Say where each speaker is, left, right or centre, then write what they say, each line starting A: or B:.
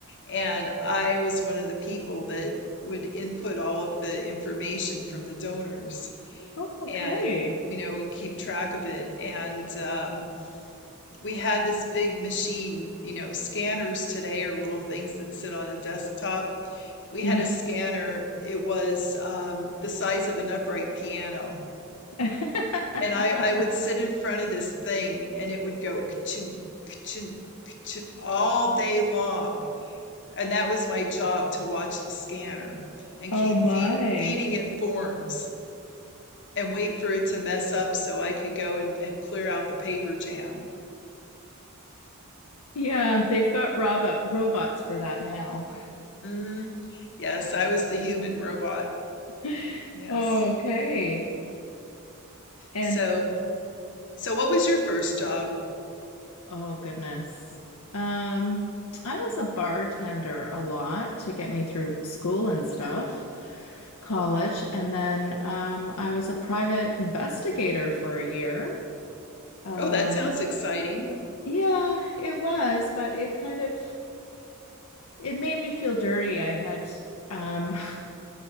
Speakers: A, on the left (about 55°); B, on the left (about 75°).
A: And I was one of the people that would input all of the information from the donors
B: Oh, okay.
A: and, you know, we keep track of it. And um, we had this big machine, you know, scanners today are little things that sit on a desktop. We
B: Yeah.
A: had a scanner, it was um, the size of an upright piano
B: <laughs>
A: and I I would sit in front of this thing and it would go ka-ching, ka-ching, ka-ching all day long. And that was my job to watch the scanner and
B: Oh
A: keep
B: my.
A: feed, feeding it forms and wait for it to mess up so I could go and, and clear out the paper jam. <laughs>
B: Yeah, they've got robot robots for that now.
A: Mhm. Yes, I was the human robot.
B: <laughs>
A: Yes.
B: Okay. And
A: So, so what was your first job?
B: oh goodness. Um, I was a bartender a lot to get me through school and stuff, college, and then um, I was a private investigator for a year. Um,
A: Oh, that sounds exciting.
B: yeah, it was, but it kind of it made me feel dirty. I had um <laughs>